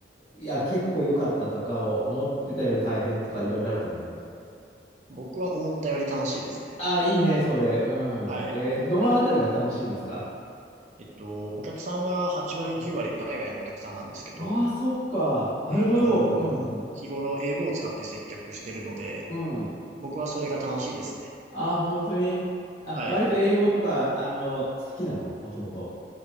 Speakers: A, on the left; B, on the right.
A: いや、結構良かったとかを思ってたより大変とかいろいろあると思うんだけど。
B: 僕は思ったより楽しいですね。
A: あ、いいね、それ。うん。
B: はい。
A: えー、どのあたりが楽しいんですか
B: えっと、お客さんが8割9割海外のお客さんなんですけど、
A: うん。ああ、そっか。なるほど。
B: はい。あのー日頃英語を使って接客してるので、
A: うんうん。うん。
B: 僕はそれが楽しいですね。
A: ああ、本当に。あ、
B: はい。
A: 割と英語とか、あの、好きなのもともと。元々